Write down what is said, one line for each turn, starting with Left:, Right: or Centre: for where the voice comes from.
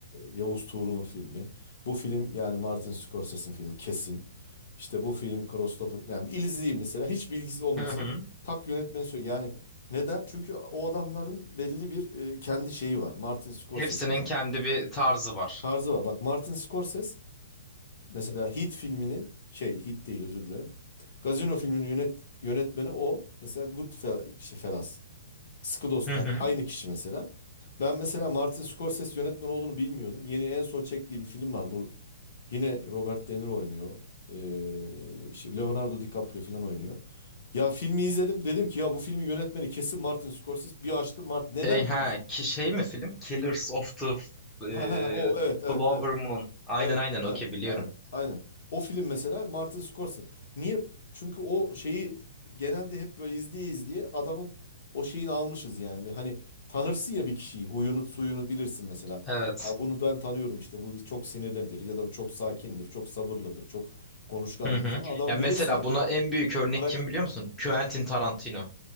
Left: Yavuz Tuğrul'un filmi. Bu film yani Martin Scorsese'nin filmi kesin. İşte bu film Christopher yani bir izleyeyim mesela hiç bilgisi olmasın.
Centre: Hı hı.
Left: Tak yönetmeni söyle. Yani neden? Çünkü o adamların belli bir e, kendi şeyi var. Martin Scorsese
Centre: Hepsinin
Left: mesela.
Centre: kendi bir tarzı var.
Left: Tarzı var. Bak Martin Scorsese Mesela Heat filminin şey Heat değil özür dilerim. Gazino filminin yönet, yönetmeni o. Mesela Goodfellas. Sıkı Dostlar.
Centre: Hı hı.
Left: Aynı kişi mesela. Ben mesela Martin Scorsese yönetmen olduğunu bilmiyordum. Yeni en son çektiği bir film var. Bu yine Robert De Niro oynuyor. Ee, şey, Leonardo DiCaprio falan oynuyor. Ya filmi izledim. Dedim ki ya bu filmin yönetmeni kesin Martin Scorsese. Bir açtım Martin. Neden
Centre: Şey ha
Left: biliyor musun? <laughs>
Centre: ki şey mi film? Killers of the e,
Left: Ha, ha, ha, o evet evet
Centre: Flower
Left: evet.
Centre: Moon. Aynen
Left: Evet,
Centre: aynen okey
Left: evet,
Centre: biliyorum.
Left: aynen, aynen. O film mesela Martin Scorsese. Niye? Çünkü o şeyi genelde hep böyle izleye izleye adamın o şeyini almışız yani. Bir Hani tanırsın ya bir kişiyi, huyunu suyunu bilirsin mesela.
Centre: Evet.
Left: Ya bunu ben tanıyorum işte bu çok sinirlidir ya da bu çok sakindir, çok sabırlıdır, çok konuşkandır
Centre: Hı hı.
Left: falan. Adamı
Centre: Ya mesela
Left: bilirsin ya.
Centre: buna en büyük örnek
Left: Karakter.
Centre: kim biliyor musun? Quentin Tarantino.